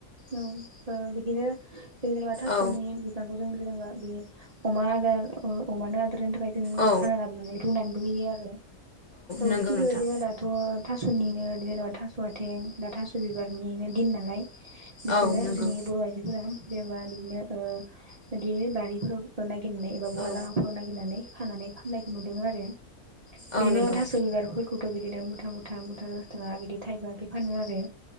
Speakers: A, on the right; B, on the left.
A: औ ओ बिदिनो जों जेनेबा थास'नि
B: औ
A: बिफांखौ जों जेनेबा बे अमा आदार ओ अमानो आदार होनो थाखाय जों
B: औ
A: हाना लाबोनानै रुनानैबो होयो आरो औ
B: नंगौ
A: थिग
B: नोंथां
A: बेबायदिनो दाथ' थास'निनो देनेबा थास' आथें दा थास' बिबारनिनो दिन नालाय बेखौनो
B: औ नंगौ
A: जोंनि बर' आइजोफोरा जेनेबा बिदिनो ओ बिदि बारिफोराव नागिरनानै एबा बबा
B: औ
A: लामाफोराव नागिरनानै खाना नै फाननायखौ नुदों आरो
B: औ
A: बिदिनो
B: नंगौ
A: थास' बिबारफोरखौथ' बिदिनो मुथा मुथा मुथा दसथाका बिदि थाइबाके फानो आरो